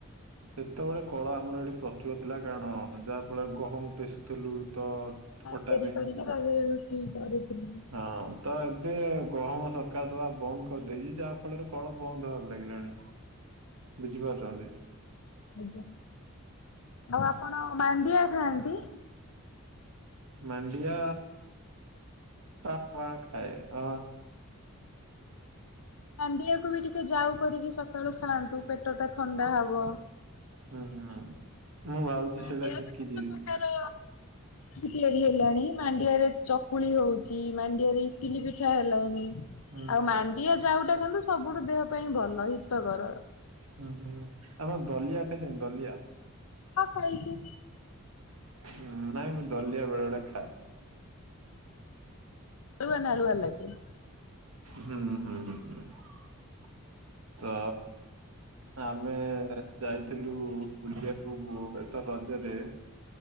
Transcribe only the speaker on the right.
ସେତେବେଳେ କଳ ଆମର ଏଠି ପ୍ରଚୁର ଥିଲା କାରଣ ଯାହାଫଳରେ ଗହମ ପେଷୁଥିଲୁ। ତ ଅଟା
ପାଇଁ
ହଁ ତ ଏବ ଏବେ ଗହମ ସରକାର ଦବା ବନ୍ଦ କରିଦେଇଚି ଯାହା ଫଳରେ କଳ ବନ୍ଦ ହବାକୁ ଲାଗିଲାଣି। ବୁଝି ପାରୁଚନ୍ତି।
ମାଣ୍ଡିଆ ଟା ଆ ଖାଏ ଆ
ହୁଁ ମୁଁ ଭାବୁଛି
ସେଇଟା ଶିଖିଯିବି
ହୁଁ
ହୁଁ ହୁଁ ଆପଣ ଦଲିଆ ଖାଇଚନ୍ତି ଦଲିଆ
ହୁଁ, ନାଇଁ ମୁଁ ଦଲିଆ ବେଳେ ବେଳେ ଖାଏ।
ହୁଁ ହୁଁ ହୁଁ। ତ ଆମେ ଯାଇଥିଲୁ ବୁଲିବାକୁ ଏଥ ରଜରେ